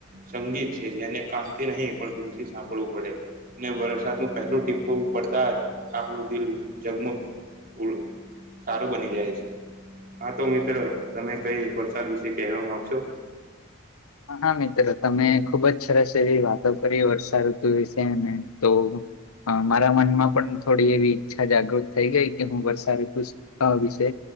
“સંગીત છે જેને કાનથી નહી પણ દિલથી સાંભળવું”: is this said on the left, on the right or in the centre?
Right